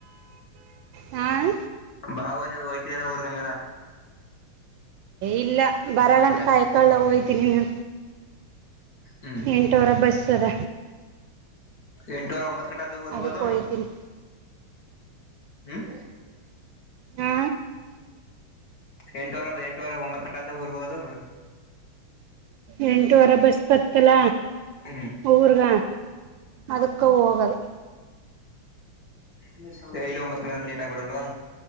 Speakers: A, on the right; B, on the left.
A: ಹಾಂ
B: ಬಾವು ನೀವು ಹಯ್ತೀರನ ಊರ್ಗಂಗರ
A: ಇಲ್ಲ ಬರಲ್ಲ
B: ಮತ್ತ
A: ಅಂತ ಕಾಯ್ಕೊಳ್ಳ ಹೋಯ್ತೀನಿ ನೀ
B: ಹ್ಮ್
A: ಎಂಟವರ ಬಸ್ ಅದ
B: ಎಂಟೂವರೆ ಒಂಬತ್ ಗಂಟೆ ಅ ಬರ್ಬೋದು
A: ಅದಕ್ಕೆ ಹೋಯ್ತೀನಿ
B: ಹ್ಮ್
A: ಹಾ
B: ಎಂಟುವರೆ ಎಂಟುವರೆ ಒಂಬತ್ತು ಕಂಂತ ಊರ್ಬಹದು
A: ಎಂಟುವಾರ ಬಸ್ ಬತ್ತಲ
B: ಹ್ಮ್
A: ಊ್ರಗ ಅದಕ್ಕೆ ಹೋಗೋದು
B: ಹ್ಮ ಲಿ ಒಂಬತ್ ಕಣ ಲೇಟ್ ಆಗಬಡಲ್ವಾ